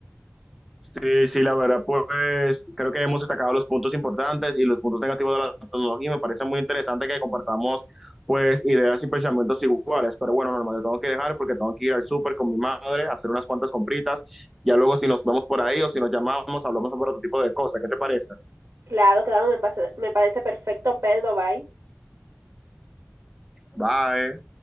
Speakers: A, in the centre; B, on the right.
A: Sí, sí, la verdad, pues creo que hemos destacado los puntos importantes y los puntos negativos de la tecnología. Y me parece muy interesante que compartamos pues ideas y pensamientos iguales. Pero bueno, normal, yo tengo que dejar porque tengo que ir al súper con mi madre, a hacer unas cuantas compritas. Ya luego si nos vemos por ahí o si nos llamamos, hablamos sobre otro tipo de cosas. ¿Qué te parece?
B: Claro, claro, me, pasa- me parece perfecto, Pedro, bye.
A: Bye.